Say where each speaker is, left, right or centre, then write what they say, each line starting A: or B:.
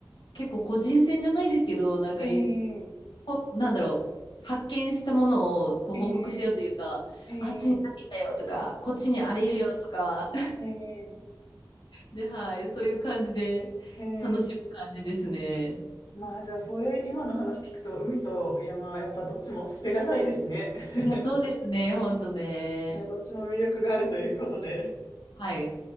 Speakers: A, on the left; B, on the left.
A: 結構個人戦じゃないですけど、なんかい、
B: <laughs> ええ
A: こうなんだろう、発見したものをこう報告し合うというか、
B: えええええ
A: あっちに何いたよとか、こっちにあれいるよとか、
B: ええ
A: で、はい、そういう感じで楽しむ感じですね。
B: ええまあ、じゃあ、それ、今の話聞くと、海と山、やっぱどっちも捨てがたいですね。<laughs>
A: いや、そうですね、ほんとね。
B: どっちも魅力があるということで。
A: はい。